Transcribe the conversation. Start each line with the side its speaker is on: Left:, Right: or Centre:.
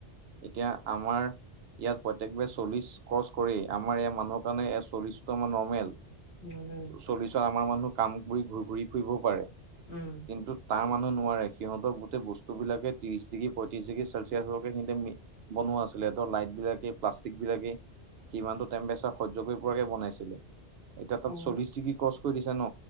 Right: এতিয়া আমাৰ ইয়াত প্ৰত্যেকবাৰে চল্লিশ ক্ৰছ কৰি আমাৰ ইয়াৰ মানুহৰ কাৰণে চল্লিশটো আমাৰ নৰ্মেল।
Left: নৰ্মেল
Right: চল্লিছত আমাৰ মানুহ কাম কৰি ঘূৰি-ঘূৰি ফুৰিবও পাৰে
Left: উম
Right: কিন্তু তাৰ মানু অ নোৱাৰে। সিহঁতৰ গোটেই বস্তু বিলাকে ত্ৰিশ ডিগ্ৰী, পয়ত্ৰিশ ডিগ্ৰী চেলচিয়াছলৈকে সিহঁতে মি বনোৱা আছিলে। ত' লাইট বিলাকে, প্লাষ্টিক বিলাকে সিমানটো টেম্পেচাৰ সহ্য কৰিব পৰাকে বনাইছিলে। এতিয়া তাত
Left: অ
Right: চল্লিশ ডিগ্ৰী ক্ৰছ কৰি দিছে ন?